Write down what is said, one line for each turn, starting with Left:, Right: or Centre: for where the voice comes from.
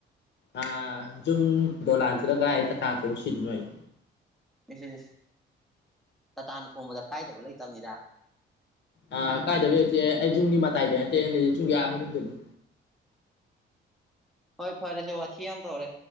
Left: ꯑ ꯖꯨꯝ ꯗꯣꯂꯥꯟ ꯁꯤꯗ ꯀꯥꯏ ꯇꯥꯇꯥꯅ ꯊꯣꯝꯃ ꯁꯤꯗꯨꯏꯅꯣ ꯑꯩ꯫
Centre: <unintelligible> ꯇꯇꯥꯅ ꯊꯣꯡꯕꯗ ꯀꯥꯏꯗꯕ ꯂꯩꯇꯕꯅꯤꯗ꯫
Left: ꯑ ꯀꯥꯏꯗꯕ ꯂꯩꯇꯦ ꯑꯩ ꯖꯨꯝꯒꯤ ꯃꯇꯥꯏꯗ ꯅꯇꯦ ꯂꯩ ꯌꯨꯝꯒꯤ ꯑꯥ ꯃꯅꯨꯡꯗꯅꯤ꯫
Centre: ꯍꯣꯏ ꯐꯔꯦ ꯁꯦ ꯋꯥꯊꯤ ꯌꯥꯝ ꯇꯧꯔꯦ꯫